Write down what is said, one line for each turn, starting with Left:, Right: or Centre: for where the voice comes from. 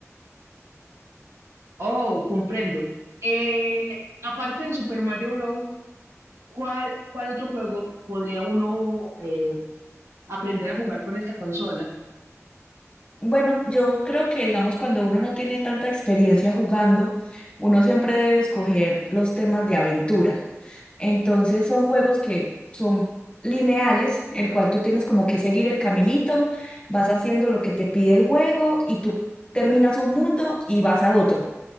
Right: Oh, comprendo. Eh, aparte de Super Mario Bros., ¿cuál, cuál otro juego podría uno eh, aprender a jugar con esta consola?
Left: Bueno, yo creo que, digamos, cuando uno no tiene tanta experiencia jugando, uno siempre debe escoger los temas de aventura. Entonces son juegos que son lineales, el cual tú tienes como que seguir el caminito, vas haciendo lo que te pide el juego y tú terminas un mundo y vas a otro.